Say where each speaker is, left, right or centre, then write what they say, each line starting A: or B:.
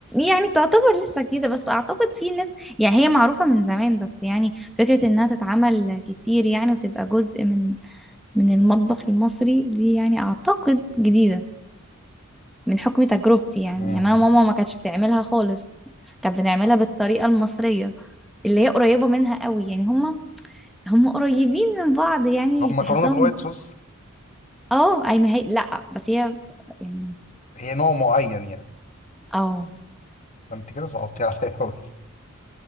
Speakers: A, in the centre; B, on the left (about 35°).
A: يعني تعتبر لسه جديدة بس اعتقد في ناس يعني هي معروفة من زمان بس يعني فكرة انها تتعمل كتير يعني وتبقى جزء من من المطبخ المصري دي يعني أعتقد جديدة من حكم تجربتي يعني
B: مم.
A: يعني أنا ماما ما كانتش بتعملها خالص كانت بتعملها بالطريقة المصرية اللي هي قريبة منها قوي يعني هما هما قريبين من بعض يعني
B: طب مكرونة
A: تحسهم
B: بالوايت صوص
A: اه أي ما هي لأ بس هي يعني
B: هي نوع معين يعني
A: اه
B: ده انت كده صعبتي <laughs> عليا أوي